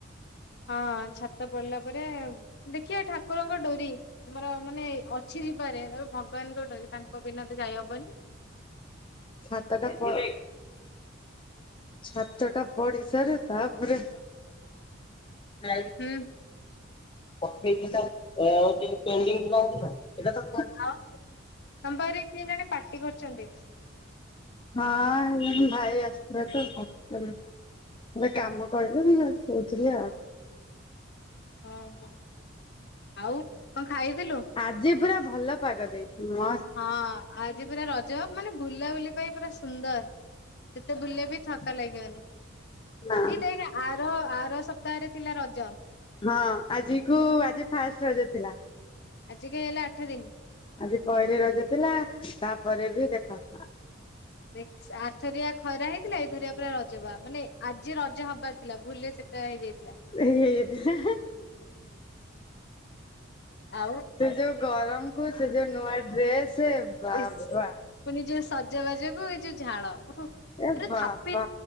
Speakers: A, on the left; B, on the left.
A: ହଁ ଛାତ ପଡିଲା ପରେ ଦେଖିବା ଠାକୁରଙ୍କ ଡୋରି। ଆମର ମାନେ ଅଛି ଯିବାରେ ଆ ଭଗବାନ ଡୋରି ତାଙ୍କ ବିନା ତ ଯାଇହବନି।
B: ସାତଟା ପରେ ଛାତ ଟା ପଡିସରୁ ତାପରେ <unintelligible>
A: ହୁଁ
B: ପକେଇଥିଲା ଓଁ ପେଣ୍ଡିଙ୍ଗ ଥିଲା।
A: ଆଉ ତମ ପାଖରେ କିଏ ଜଣେ ପାଟି କରୁଛନ୍ତି?
B: ହଁ ଏ ଭାଇ ଆସିଥିଲେ ତ <unintelligible> କାମ କହିଲନି କହୁଥିଲି ଆଉ।
A: ଓହୋ ଆଉ କଣ ଖାଇଥିଲୁ?
B: ଆଜି ପୁରା ଭଲ ପାଗ ଦେଇଛି ମ
A: ହଁ ଆ ଆଜି ପୁରା ରଜ ବା ମାନେ ବୁଲାବୁଲି ପାଇଁ ପୁରା ସୁନ୍ଦର। ଯେତେ ବୁଲିଲେବି ଥକା ଲାଗିବନି।
B: ନା
A: ଏଇ ଦେଖେ ଆର ଆର ସପ୍ତାହରେ ଥିଲା ରଜ?
B: ହଁ ଆଜି କୁ ଆଜି ଫାଷ୍ଟ ରଜ ଥିଲା।
A: ଆଜି କି ହେଲା ଆଠ ଦିନି।
B: ଆଜି ପହିଲି ରଜ ଥିଲା ତାପରେ ବି ଦେଖ
A: ଦେ ଆଥରିଆ ଖରା ହେଇଥିଲା ଏଇଥରିଆ ପରେ ରଜ ବା ମାନେ ଆଜି ରଜ ହବାର ଥିଲା ଭୁଲ ସେ ହେଇଯାଇଥିଲା
B: ଏଇ ହେଇଯାଇଥିଲା।
A: ଆଉ
B: ସେ ଯୋଉ ଗରମ କୁ ସେ ଯୋଉ ନୂଆ ଡ୍ରେସ ବାବା
A: ଇସ ପୁଣି ଯୋଉଁ ସଜବାଜ କୁ ଯଉ ଝାଳ ପୁରା
B: ଏ ବାବା
A: ଥାପ